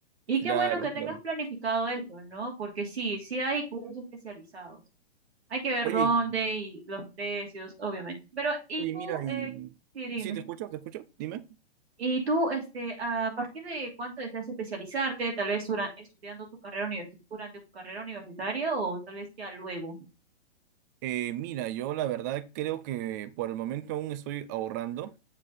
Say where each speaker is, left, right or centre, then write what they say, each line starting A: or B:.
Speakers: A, on the right; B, on the right.
A: Y
B: Claro,
A: qué bueno que
B: claro.
A: tengas planificado eso, ¿no? Porque sí, sí hay cursos especializados. Hay que ver
B: Oye,
A: dónde
B: y-
A: y los precios, obviamente. Pero, ¿y
B: oye,
A: tú?
B: mira, y...
A: Eh, sí, dime.
B: Sí, te escucho, te escucho, dime.
A: Y tú, este, ¿a partir de cuánto deseas especializarte? Tal vez dura- estudiando tu carrera universi- durante tu carrera universitaria o tal vez ya luego.
B: Eh, mira, yo la verdad creo que por el momento aún estoy ahorrando.